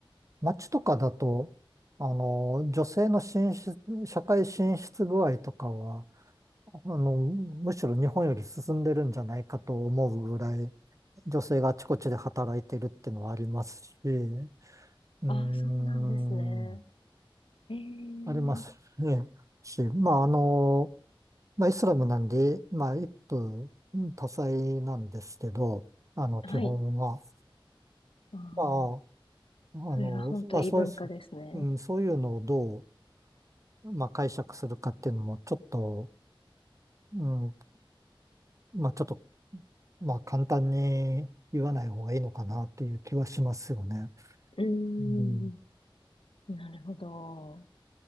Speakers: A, on the right; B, on the left.
A: 街とかだと、あの、女性の進出、社会進出具合とかは、あの、むしろ日本より進んでるんじゃないかと思うぐらい、女性があちこちで働いてるっていうのはありますし、うーん、
B: ああ、そうなんですね。ええ、
A: ありますね。し、まあ、あの、まあ、イスラムなんで、まあ、一夫多妻なんですけど、あの、
B: はい。
A: 基本は。
B: ああ、
A: まあ、あの、
B: それは本当異文化ですね。
A: まあ、そういう、うん、そういうのをどう、まあ、解釈するかっていうのも、ちょっと、うんまあちょっと、まあ簡単に言わない方がいいのかなっていう気はしますよね。
B: うーん、
A: うん。
B: なるほど。